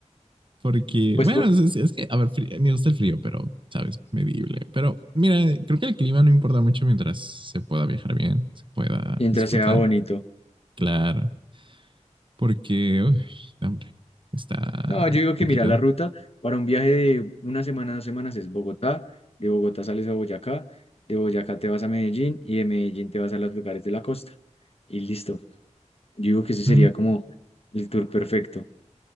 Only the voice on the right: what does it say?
Porque,
bueno,
es, es que, a ver, frío- me gusta el frío, pero, ¿sabes? Medible. Pero, mira, creo que el clima no importa mucho mientras se pueda viajar bien, se pueda
disfrutar.
Claro, porque, uy, hombre, está
complicado.
Mm,